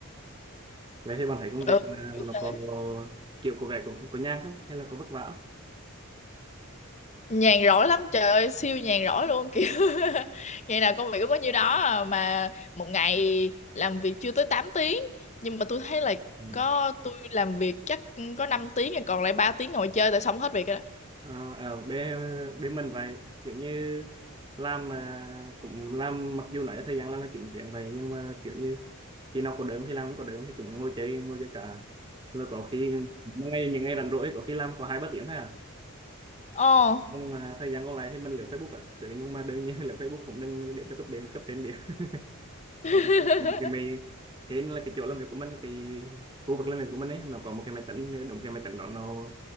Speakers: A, on the right; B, on the left.
A: Vậy thì bạn thấy công việc
B: ừ
A: à,
B: kiểu
A: nó
B: thế.
A: có kiểu của vẻ cũng có nhàn không? Hay là có vất vả
B: nhàn rỗi lắm trời ơi siêu
A: không?
B: nhàn rỗi luôn kiểu <laughs> ngày nào công việc cũng có nhiêu đó à, mà một ngày làm việc chưa tới tám tiếng nhưng mà tôi thấy là
A: Ừ.
B: có tôi làm việc chắc có 5 tiếng rồi còn lại 3 tiếng ngồi chơi tại xong hết việc rồi
A: Ờ, ở bên bên mình vậy kiểu như làm mà cũng làm mặc dù nói thời gian làm là 9 tiếng vậy nhưng mà kiểu như khi nào có đớm thì làm không có đớm thì cũng ngồi chơi ngồi chơi cả rồi có khi ngay ngày những ngày rảnh rỗi có khi làm có hai ba tiếng thôi à
B: Ồ,
A: nhưng mà thời gian còn lại thì mình lướt Facebook các thứ nhưng mà đương nhiên <laughs> lướt Facebook cũng đừng để cho cấp bên cấp trên biết <laughs>
B: <laughs>
A: Kiểu như có một cái máy hên là cái chỗ làm việc của mình cái khu vực làm việc của mình ấy nó có một cái máy tính đồng cái máy tính đó nó,